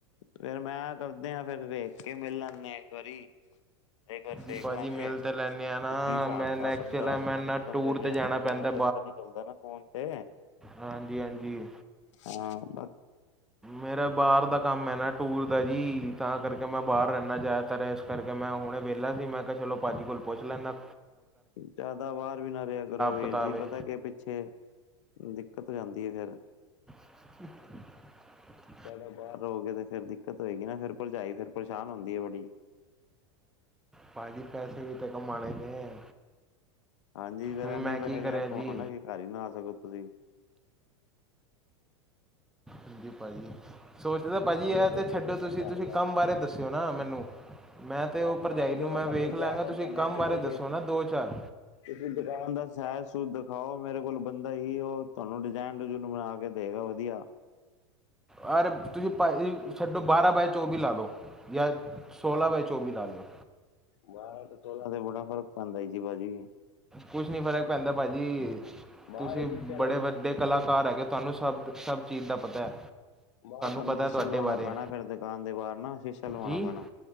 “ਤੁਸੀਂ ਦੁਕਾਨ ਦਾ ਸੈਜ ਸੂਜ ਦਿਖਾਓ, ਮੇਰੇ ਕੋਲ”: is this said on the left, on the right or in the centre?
Left